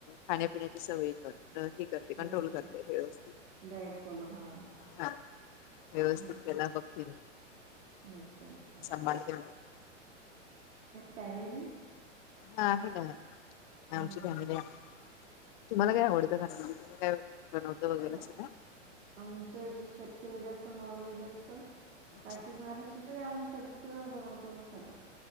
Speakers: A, on the left; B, on the right.
A: खाण्यापिण्याच्या सवयींवर हे करते कंट्रोल
B: अच्छा,
A: करते
B: अच्छा.
A: व्यवस्थित.
B: Diet follow. हां.
A: हा व्यवस्थित
B: हं.
A: त्याला बघतेे मी
B: अच्छा, अच्छा.
A: सभाळते
B: फॅमिली
A: हा आहे ना
B: हं,
A: आमची फॅमिली
B: हं.
A: आहे. तुम्हाला काय आवडतंा म्ह तुम्ही काय बनवतं वगैरे
B: मग
A: असग काय
B: आमचं जे शक्यत जास्त नॉन व्हेज असत.
A: अच्छा
B: बाकी महाराष्ट्राच आम्ही सगळं बनवतो खातो.